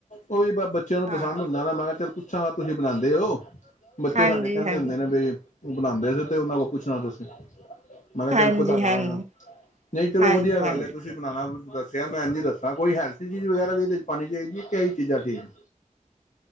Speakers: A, on the left (about 70°); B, on the right (about 60°).
A: ਉਹ ਵੀ ਬੱਚਿਆਂ ਨੂੰ ਪਸੰਦ
B: ਹਾਂ
A: ਹੁੰਦਾ ਨਾ। ਮੈਂ ਚਿਰ ਪੁੱਛਾਂ ਵ, ਤੁਸੀਂ ਬਨਾਂਦੇ ਓ? ਬੱਚੇ
B: ਹਾਂਜੀ
A: ਸਾਡੇ ਕਹਿੰਦੇ
B: ਹਾਂਜੀ
A: ਹੁੰਦੇ ਨੇ,
B: ਹਾਂਜੀ
A: ਬਈ ਉਹ ਬਣਾਉਂਦੇ ਸੀ ਤੇ, ਉਹਨਾਂ ਕੋਲ ਪੁੱਛਣਾ ਤੁਸੀਂ। ਮੈਂ ਕਿਹਾ
B: ਹਾਂਜੀ
A: ਚੱਲ ਪਤਾ ਕਰਾਂਗਾ, ਨਹੀਂ ਚਲੋ
B: ਹਾਂਜੀ
A: ਵਧੀਆ ਗੱਲ
B: ਹਾਂਜੀ
A: ਹੈ। ਤੁਸੀਂ ਬਣਾਉਣਾ ਦ ਦਿਆ ਮੈਂ ਅੰਜੀ ਦੱਸਾਂ ਕੋਈ ਹੈਲਥ ਚੀਜ਼ ਵਗੈਰਾ ਵੀ ਇਹਦੇ ਚ ਪਾਣੀ ਚਾਹੀਦੀ, ਕਿ, ਇਹੀ ਚੀਜ਼ਾਂ ਠੀਕ ਨੇ?